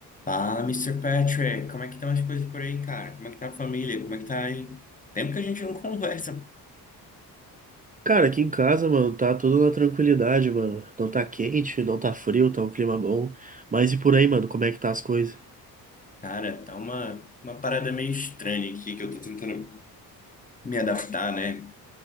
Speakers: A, on the left (about 20°); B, on the right (about 20°).
A: Fala, Mister Patrick, como é que estão as coisas por aí, cara? Como é que tá a família? Como é que tá aí? Tempo que a gente não <laughs> conversa.
B: Cara, aqui em casa, mano, tá tudo na tranquilidade, mano. Não tá quente, não tá frio, tá um clima bom. Mas e por aí, mano, como é que tá as coisas?
A: Cara, tá uma, uma parada meio estranha aqui que eu tô tentando me adaptar, né?